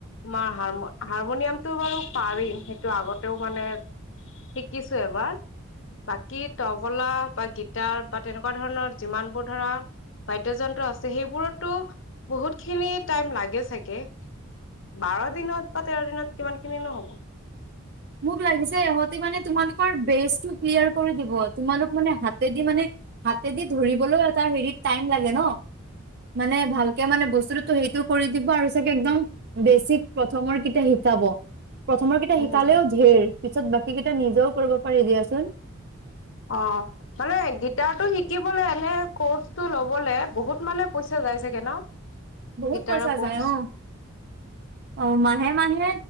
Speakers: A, on the left (about 60°); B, on the right (about 50°).
A: মাৰ হাৰ হাৰমনিয়ামতটো বাৰু পাৰিম সেইটো আগতেও মানে শিকিছো এবাৰ। বাকী তবলা বা গিটাৰ বা তেনেকুৱা ধৰণৰ যিমানবোৰ ধৰা বাদ্যযন্ত্ৰ আছে সেইবোৰত তো বহুত খিনি টাইম লাগে চাগে বাৰ দিনত বা তেৰ দিনত কিমান খিনি নহ'ব।
B: মোক লাগিছে। ইহঁতে মানে তোমালোকৰ বেচটো ক্লিয়াৰ কৰি দিব। তোমালোক মানে হাতেদি মানে হাতেদি ধৰিবলৈও এটা হেৰি টাইম লাগে ন, মানে ভালকে মানে বস্তু টো সেইটো কৰি দিব আৰু চাগে একদম বেছিক প্ৰথমৰ কেইটা শিকাব। প্ৰথমৰ কেইটা শিকালেও
A: উম
B: ধেৰ পিছত বাকী কেইটা নিজেও কৰিব পাৰি দিয়াচোন।
A: অ মানে গিটাৰ টো শিকিবলে এনে ক'ৰ্চটো লবলে বহুত মানে পইচা যায়ছাগে ন?
B: বহুত
A: গিটাৰৰ
B: পইচা
A: কৰ্চ
B: যায় অ। অ মাহে মাহে